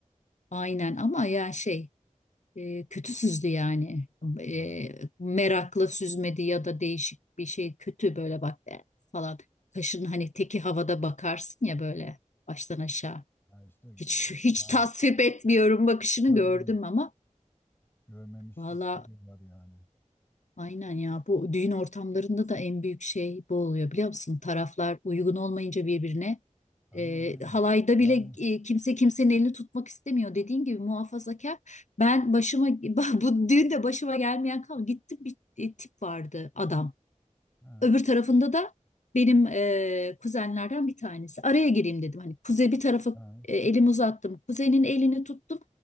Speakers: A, on the left; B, on the left.
A: Aynen ama ya şey e, kötü süzdü yani. E,
B: Ha,
A: merakla süzmedi ya da değişik bir şey kötü böyle bak e, falan. Kaşın hani teki havada bakarsın ya böyle baştan aşağı.
B: ya işte
A: Hiç hiç
B: ya
A: tasvip etmiyorum bakışını
B: görmemiş.
A: gördüm ama
B: Görmemişlik
A: Valla
B: şeyi var yani.
A: Aynen ya bu düğün ortamlarında da en büyük şey bu oluyor biliyor musun? Taraflar uygun olmayınca birbirine
B: Aynen
A: e,
B: aynen.
A: halayda
B: Yani
A: bile e, kimse kimsenin elini tutmak istemiyor. Dediğin gibi muhafazakar. Ben başıma <laughs> bu düğünde başıma gelmeyen kalmadı. Gittim bir e, tip vardı adam.
B: ha,
A: Öbür tarafında da benim e, kuzenlerden bir tanesi. Araya gireyim dedim. Hani kuzey bir tarafa
B: ha.
A: e, elimi uzattım. Kuzenin elini tuttum.